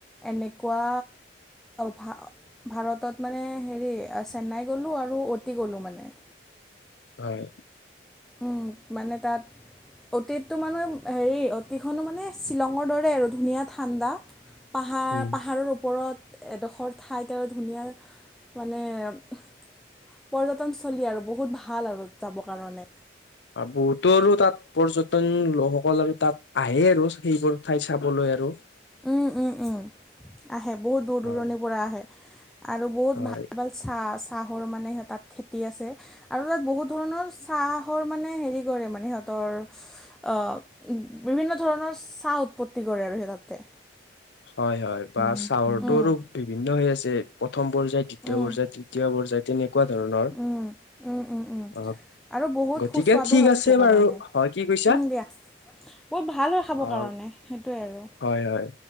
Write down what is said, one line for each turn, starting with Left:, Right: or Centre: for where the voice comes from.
Centre: এনেকুৱা ভা ভাৰতত মানে হেৰি চেন্নাই গ'লোঁ আৰু অতি গ'লোঁ মানে
Left: হয়
Centre: উম মানে তাত অতীতটো মানে হেৰি অতিখন মানে শ্বিলঙৰ দৰে আৰু ধুনীয়া ঠাণ্ডা পাহাৰ
Left: উম।
Centre: পাহাৰৰ ওপৰত এডখৰ ঠাইত আৰু ধুনীয়া মানে পৰ্যটনস্থলী আৰু বহুত ভাল আৰু যাবৰ কাৰণে
Left: বহুতো আৰু তাত পৰ্যটন লোকসকল আৰু তাত আহে আৰু সেইবোৰ ঠাই চাবলৈ আৰু
Centre: উম উম উম আহে বহুত দূৰ
Left: হয়
Centre: দূৰণিৰ পৰা আহে আৰু বহুত
Left: হয়
Centre: ভাল ভাল চা চাহৰ মানে সিহঁত তাত খেতি আছে আৰু তাত বহুত ধৰণৰ চাহৰ মানে হেৰি কৰে মানে সিহঁতৰ অহ বিভিন্ন ধৰণৰ চাহ উৎপত্তি কৰে আৰু সেই তাতে
Left: হয় হয় বা
Centre: উম,
Left: চাউলটো
Centre: উম,
Left: আৰু বিভিন্ন হৈ আছে প্ৰথম পৰ্যায়, দ্বিতীয়
Centre: উম,
Left: পৰ্যায়, তৃতীয় পৰ্যায় তেনেকুৱা ধৰণৰ
Centre: উম, উম, উম
Left: অ
Centre: আৰু বহুত
Left: গতিকে
Centre: সুস্বাদু
Left: ঠিক
Centre: হয়
Left: আছে
Centre: খাবৰ কাৰণে।
Left: বাৰু হয়, কি কৈছা?
Centre: উম, দিয়া বহুত ভাল হয় খাবৰ
Left: অ
Centre: কাৰণে সেইটোৱে আৰু
Left: হয় হয়